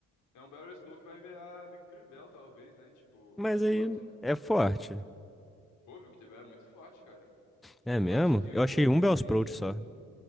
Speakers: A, on the left (about 85°); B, in the centre.
A: é um Battle Explode que vai virar Victory Bell, talvez, né? Tipo,
B: Mas
A: é forte,
B: aí
A: né?
B: é forte.
A: Pô, o Victory Bell é muito forte, cara.
B: É
A: Eu
B: mesmo?
A: acho que
B: Eu
A: o,
B: achei um
A: ele
B: Bellsprout
A: tem.
B: só.